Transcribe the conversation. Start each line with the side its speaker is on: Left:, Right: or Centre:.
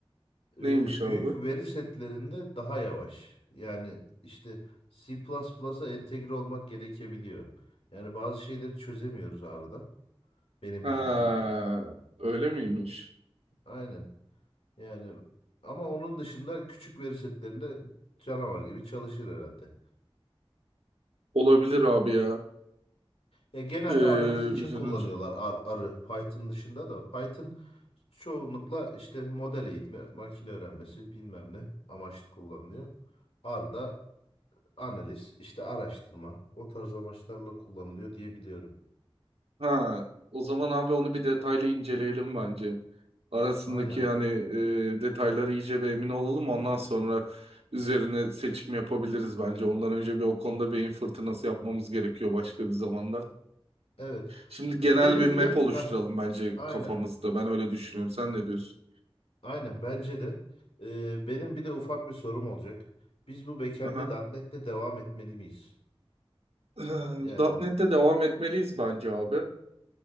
Left: Ee,
Right: Neymiş
Left: büyük
Right: abi?
Left: veri setlerinde daha yavaş. Yani işte C plus plusa entegre olmak gerekebiliyor. Yani bazı şeyleri çözemiyoruz R'da. Benim
Right: Ha,
Left: bildiğim.
Right: öyle miymiş?
Left: Aynen. Yani ama onun dışında küçük veri setlerinde canavar gibi çalışır herhalde.
Right: Olabilir abi ya.
Left: Ya genelde
Right: Ee,
Left: analiz için
Right: üzerine
Left: kullanıyorlar R, R'ı Python dışında da. Python çoğunlukla işte model eğitimi, makine öğrenmesi bilmem ne amaçlı kullanılıyor. R da analiz, işte araştırma o tarz amaçlarla kullanılıyor diye biliyorum.
Right: Ha, o zaman abi onu bir detaylı inceleyelim bence. Arasındaki
Left: Aynen.
Right: hani e, detayları iyice bir emin olalım. Ondan sonra üzerine seçim yapabiliriz bence. Ondan önce bir o konuda beyin fırtınası yapmamız gerekiyor başka bir zamanda.
Left: Evet.
Right: Şimdi
Left: Benim
Right: genel bir map
Left: bir de
Right: oluşturalım
Left: ha
Right: bence
Left: aynen.
Right: kafamızda. Ben öyle düşünüyorum. Sen ne diyorsun?
Left: Aynen bence de Ee, benim bir de ufak bir sorum olacak. Biz bu backend'e
Right: Aha.
Left: .NET'le devam etmeli miyiz?
Right: Ee,
Left: Yani
Right: .nokta .NET'te devam etmeliyiz bence abi.